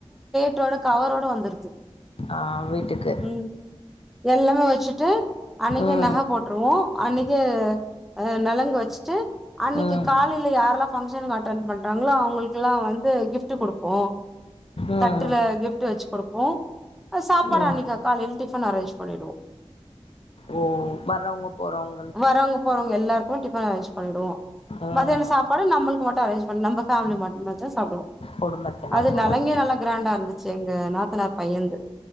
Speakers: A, in the centre; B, on the left (about 60°).
A: வீட்டோட கவரோட வந்துருது
B: ஆஹ் வீட்டுக்கு
A: ம் எல்லாமே வச்சுட்டு அன்னக்கே
B: ம்
A: நகை போட்டுருவோம் அன்னைக்கே நலங்கு வச்சுட்டு அன்னைக்கு
B: ம்
A: காலேல யாரெல்லா பங்க்ஷனுக்கு அட்டன் பண்றாங்களோ அவுங்களுக்கல்லாம் வந்து கிஃப்ட் குடுப்போ
B: ம்
A: தட்டுல கிஃப டு வச்சு குடுப்போம் ஆஹ் சாப்பாடு
B: ம்
A: அன்னைக்கு காலேல டிஃபன் அரேஞ்ச் பண்ணிடுவோம்
B: ஓ வர்றவுங்க போறவுங்களுக்கு
A: வரவங்க போறவங்க எல்லாருக்குமே டிஃபன் அரேன்ஜ் பண்ணிடுவோம்
B: ம்
A: மதியானம் சாப்பாடு நம்ளுக்கு மட்டும் அரேஜ் பண்ணி நம்ம ஃபேமிலி மட்டு மாரி தா சாப்டுவோ
B: குடும்பத்தினருக்கு
A: அது நலங்கே
B: மட்டு
A: நல்லா கிராண்டா இருந்தது <unintelligible> எங்க நாத்தனார் பையன்ந்து